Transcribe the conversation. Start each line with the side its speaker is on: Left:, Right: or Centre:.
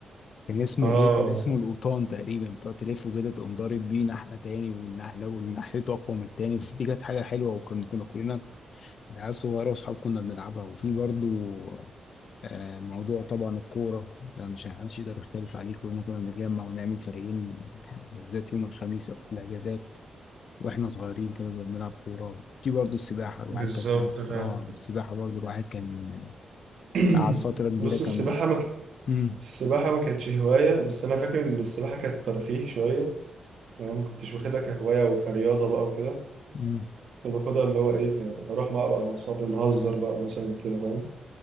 Left: كان اسمه
Right: اه
Left: ايه كان اسمه القوطان تقريبا بتقعد تلفه كده تقوم ضارب بيه نحله تاني والنحله والنحلته اقوى من التاني بس دي كانت حاجه حلوه وكنا كنا كلنا عيال صغيره واصحاب كنا بنلعبها وفي برضو آه، موضوع طبعا الكوره ده مش محدش يقدر يختلف عليه كلنا كنا بنتجمع ونعمل فريقين بالذات يوم الخميس او في الاجازات واحنا صغيرين كده زي بنلعب كوره في برضه السباحه الواحد
Right: بالظبط
Left: كان بتاع-
Right: فاهم
Left: اه السباحه برضه الواحد كان
Right: <clears throat>
Left: قعد فتره كبيره
Right: بص
Left: كان
Right: السباحة ما ك-
Left: امم
Right: السباحة ما كانتش هواية بس أنا فاكر إن السباحة كانت ترفيه شوية يعني ما كنتش واخدها كهواية وكرياضة بقى وكده
Left: امم
Right: كنت باخدها اللي هو إيه أروح بقى بقى مع أصحابي نهزر بقى مثلا كده فاهم